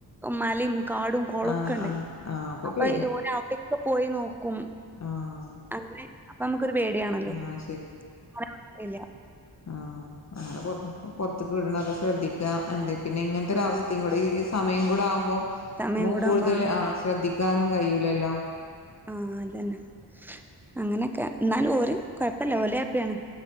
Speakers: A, in the centre; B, on the left.
A: മലിം കാടും കൊളൊക്കണ്ട്
B: ആഹ് ആഹ് ആഹ്
A: അപ്പൊ
B: പേടി
A: ഒരാവിടെ പ്പൊ പോയി നോ ക്കും
B: ആഹ്
A: അങ്ങനെ അപ്പമ്മക്കൊരു പേട്യാണല്ലോ
B: ആഹ്
A: <unintelligible> ഇല്യ
B: ആ അങ്ങനെ കൊട് <unintelligible> പൊർത്ത്ക്ക് വിട്ണാെക്കെ ശ്രദ്ധിക്കാ എന്തെ പിന്നെ ഇങ്ങൻത്തെ ഒരവസ്തിം
A: ആഹ്
B: കൂടെ ഈ ഇസ് സമയം കൂടെ ആകുമ്പം
A: സമയം
B: നമുക്ക്
A: കൂടാവുമ്പോ
B: കൂടുതല്
A: ആഹ്
B: ആ ശ്രദ്ധി ക്കാനും കയ്യൂലല്ലോ
A: ആ അതന്നെ അങ്ങനെക്കെ ന്നാല് ഓല് കൊയപ്പല്ല ഓലെ പ്പ്യാണ്